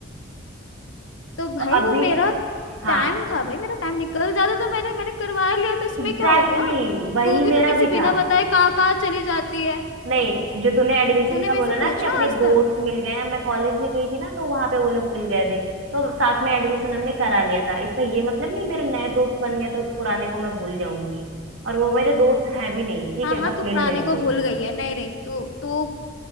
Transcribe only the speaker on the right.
तो अभी
हाँ
एग्जैक्टली
exactly, वही
मेरा
भी था
नहीं जो तूने एडमिशन
का
बोला
ना
कि अपने
दोस्त
मिल गए हैं मैं कॉलेज में गई थी ना तो वहां पे वो लोग मिल गए थे तो साथ में एडमिशन हमने करा लिया था इसका ये मतलब नहीं मेरे नए दोस्त बन गए तो पुराने को मैं भूल जाऊंगी और वो मेरे दोस्त हैं भी नहीं ठीक
है
बस
मिल
गए
थे